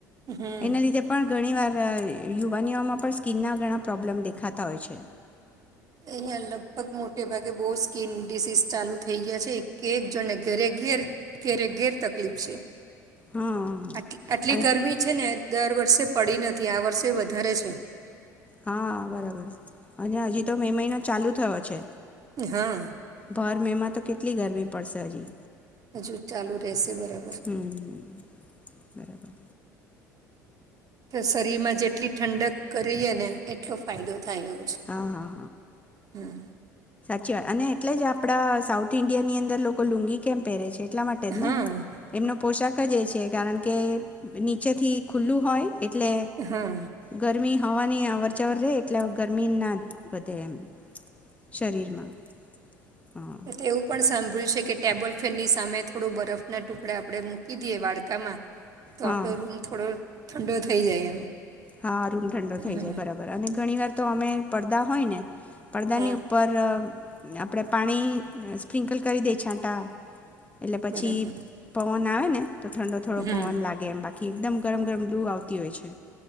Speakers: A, on the right; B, on the left.
A: હમ હમ
B: એના લીધે પણ ઘણી વાર યુવાનીઓમાં પર સ્કીનના ઘણા પ્રોબ્લેમ દેખાતા હોય છે.
A: અહીયાં લગભગ મોટે ભાગે બહુ સ્કીન ડિસીઝ ચાલુ થઈ ગયા છે કે એક જોણને ઘરે ઘ ઘેરે ઘેર તકલીફ છે
B: હા
A: આટી આટલી
B: અને
A: ગરમી છે ને દર વર્ષે પડી નથી આ વર્ષે વધારે છે.
B: હા બરાબર અને હજી તો મે મહિનો ચાલુ થયો છે.
A: હા
B: ભર મેમાં તો કેટલી ગરમી પડશે હજી
A: હજુ ચાલુ રહેશે બરાબર
B: હમ બરાબર
A: તો શરીરમાં જેટલી ઠંડક કરીએ ને એટલો ફાયદો થ થાય એવું છે
B: હા હા
A: હમ
B: અચી વા અને એટલે જ આપડા સાઉથ ઈન્ડિયા ની અંદર લોકો લુંગી કેમ પહેરે છે એટલા માટે જ
A: હા
B: ને એમનો પોશાક જ એ છે કારણ કે નીચેથી ખુલ્લું હોય એટલે
A: હા
B: ગરમી હવાની આવર જાવર રહે એટલા ગર્મી ના વધે એમ શરીરમાં હા
A: તે એવું પણ સાંભળ્યું છે કે ટેબલ ફેનની સામે થોડું બરફના ટુકડા આપણે મૂકી દઈએ વાડકામાં તો
B: હા
A: આપડો રૂમ થોડો ઠંડો થઈ જાય એમ.
B: હા રૂમ ઠંડો થઈ
A: હમ
B: જાય બરાબર, અને ઘણીવાર તો અમે પળદા હોયને પળદાની
A: હા
B: ઉપર આપડે પાણી સ્પ્રિન્કલ કરી દે છે. તા એટલે પછી
A: બરાબર
B: પવન આવે ને તો ઠંડો થોડો
A: હમ
B: પવન લાગે એમ બાકી કે એકદમ ગરમ ગરમ દૂ આવતી હોય છે.